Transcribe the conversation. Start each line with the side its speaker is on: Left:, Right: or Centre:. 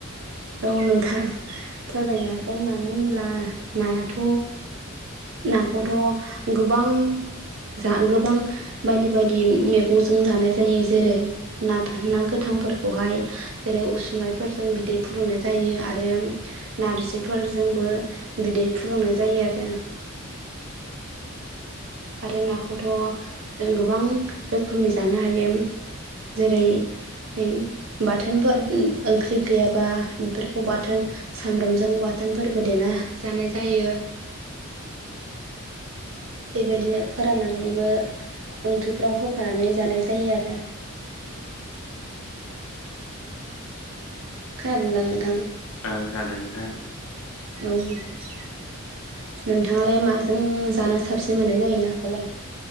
Right: औ नोंथां फोरमायनो हागोन। मानो होनब्ला नायाथ' नाखौथ' गोबां जा गोबां। बायदि बायदि मैगंजों जानाय जायो। जेरै नाफोर ना गोथांफोरखौहाय जेरै उसुमायफोरजों बिदै फुदुंनाय जायो आरो नारजि फोरजोंबो बिदै फुदुंनाय जायो आरो।
Left: <inaudible>
Right: आरो नाखौथ' जों गोबां रोखोमनि जानो हायो। जेरै है बाथोनफोर उम ओंख्रि गैयाबा बेफोरखौ बाथोन सामब्रामजों बाथोनफोरबो देना जानाय जायो।
Left: <inaudible>
Right: बेबायदिनो फोराननानैबो ओंख्रिफ्राव होफानानै जानाय जायो आरो।
Left: उम
Right: खोनादोंदा नोंथां?
Left: ओं खोनादों नोंथां।
Right: औ नोंथाङालाय माजों जानो साबसिन मोननाय जायो नाखौलाय?